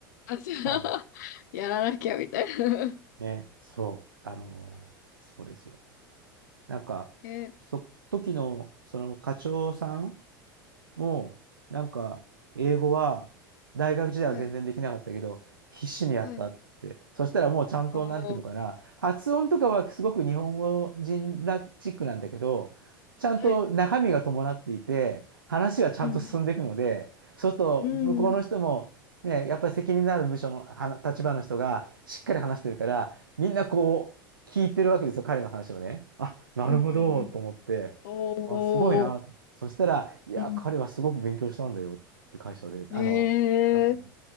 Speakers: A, on the left (about 55°); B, on the right (about 75°).
A: あ、じゃあ、
B: はい
A: <laughs> やらなきゃみたいな。
B: ね、そう、あのーそうですよ。なんか、
A: え、
B: そ、時の、その課長さん、もう、なんか、英語は、大学時代は全然できなかったけど、
A: はい、
B: 必死にやったっつって。
A: はい。
B: そしたらもうちゃんと、
A: ああ、
B: なんていうのかな、発音とかはすごく日本語人らチックなんだけど、ちゃんと中身が伴っていて、
A: はい。
B: 話がちゃんと進んでいくので、
A: うん。
B: そうすると、
A: うん、
B: 向こうの人も、
A: うん、
B: ね、やっぱり責任のある部署のはな立場の人がしっかり話してるから、みんなこう、聞いてるわけですよ、彼の話をね。あ、なるほど、
A: うん。うん
B: と思って。
A: おー
B: あ、すごいな。そしたら、いや、
A: う
B: 彼はすごく勉強したんだよって会社で、あの、
A: ん。ええーい
B: なんとも